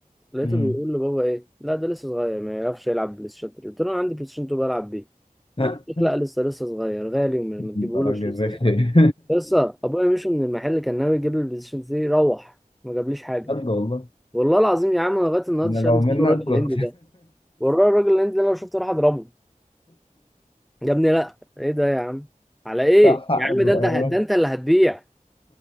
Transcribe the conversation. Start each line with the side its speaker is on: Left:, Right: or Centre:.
Centre: لقيته
Left: امم
Centre: بيقول لبابا ايه لا ده لسه صغير ما يعرفش يلعب بلاي ستيشن 3 قلت له انا عندي بلاي ستيشن 2 بلعب بيه
Left: <laughs>
Centre: قال لك لا لسه لسه صغير غالي وما
Left: انت
Centre: تجيبهولوش
Left: راجل
Centre: لسه
Left: رخي
Centre: صغير لسه ابويا مشي من المحل كان ناوي يجيب لي البلاي ستيشن 3 روح ما جابليش حاجه
Left: <laughs> بجد والله
Centre: والله العظيم يا عم أنا لغايه النهارده
Left: انا
Centre: شايل
Left: لو
Centre: مسؤول
Left: منك
Centre: الراجل
Left: كنت
Centre: الهندي ده والراجل الهندي ده لو شفته راح اضربه يا ابني لا ايه ده يا عم على ايه
Left: <laughs> لا، حق
Centre: يا عم
Left: بقى.
Centre: ده انت ده انت اللي هتبيع